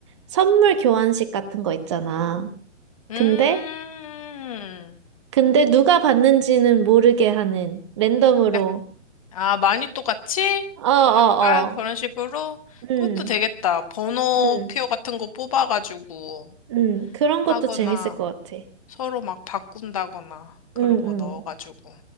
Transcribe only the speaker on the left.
음.
약간 아, 많이 똑같이?
약간
그런 식으로?
그것도 되겠다. 번호표
같은 거 뽑아가지고
하거나
서로 막 바꾼다거나 그런
거 넣어가지고.